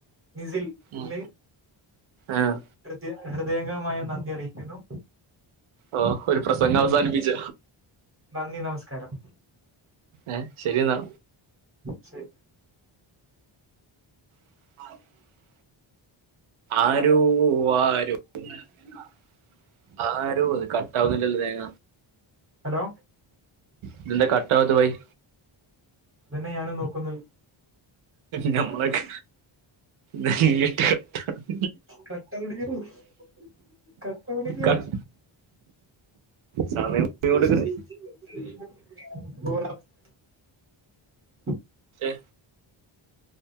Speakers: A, on the right (about 25°); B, on the right (about 75°).
A: നിസിൽ
B: ഉം
A: ന്
B: ആഹ്
A: ഹൃദ്യ ഹൃദയംഗമായ നന്ദി അറിയിക്കുന്നു.
B: ഓ ഒരു പ്രസംഗം
A: നന്ദി
B: അവസാനിപ്പിച്ച.
A: നന്ദി നമസ്കാരം
B: ഏ ശരിയെന്നാ.
A: ശര്
B: <inaudible> ആരോ ആരൊ <inaudible> ആര് ത് കട്ടാവുന്നില്ലല്ല തേങ്ങ
A: ഹലോ
B: ഇതെന്താ കട്ടാവാത്ത് ബായ്
A: അതന്നെ ഞാനും നോക്കുന്നത്
B: നമ്മളെട്ട <unintelligible> <inaudible>
A: കട്ട ആവണില്ല <unintelligible> കട്ട ആവണില്ല
B: കട്ട് സമയം
A: <unintelligible>
B: കൊടുക്കണ് ഛെ